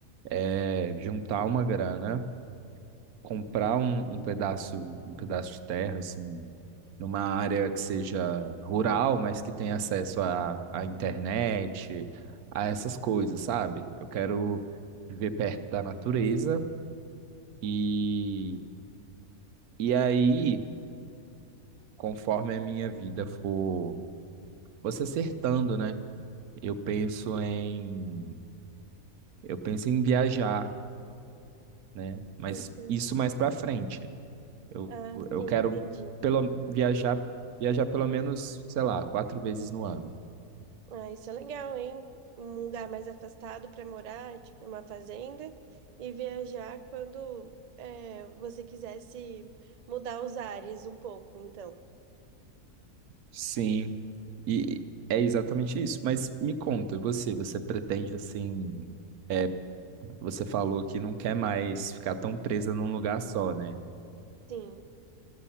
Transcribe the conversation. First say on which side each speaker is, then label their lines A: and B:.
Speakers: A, on the right (about 80°); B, on the right (about 65°).
A: é juntar uma grana comprar um, um pedaço, um pedaço de terra, assim, numa área que seja rural, mas que tenha acesso à, à internet, a essas coisas, sabe? Eu quero viver perto da natureza e, e aí, conforme a minha vida for, for se acertando, né? Eu penso em, eu penso em viajar, né? Mas
B: Uhum.
A: isso mais para frente. Eu,
B: Ah,
A: eu
B: sim,
A: quero
B: entendi.
A: pelo, viajar, viajar pelo menos, sei lá, quatro vezes no ano.
B: Ah, isso é legal, hein? Um lugar mais afastado para morar, tipo uma fazenda, e viajar quando é, você quisesse mudar os ares um pouco, então.
A: Sim. E é exatamente isso. Mas me conta, você, você pretende assim, é, você falou que não quer mais ficar tão presa num lugar só, né?
B: Sim.